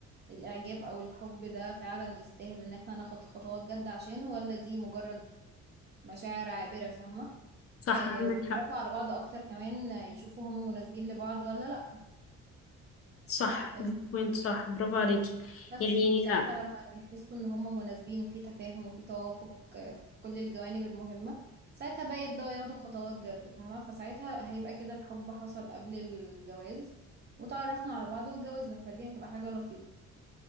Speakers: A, on the right; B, on the left.
A: الإعجاب أو الحب ده فعلا يستاهل إن احنا ناخد خطوات جد عشانه ولا دي مجرد مشاعر عابرة فاهمة
B: صح
A: آه
B: عندك
A: بيتعرفوا
B: حق
A: على بعض أكتر كمان آه، يشوفوا هم مناسبين لبعض ولا لأ
B: صح
A: آه
B: دي بوينت صح برافو عليكي
A: بس
B: يعني
A: وساعتها لما يحسوا ان هم مناسبين وفي تفاهم وفي توافق آه، في كل الجوانب المهمة ساعتها بقى يبدأوا ياخدوا خطوات جد فاهمة فساعتها هيبقى كده الحب حصل قبل الجواز وتعرفنا على بعض واتجوزنا فدي هتبقى حاجة لطيفة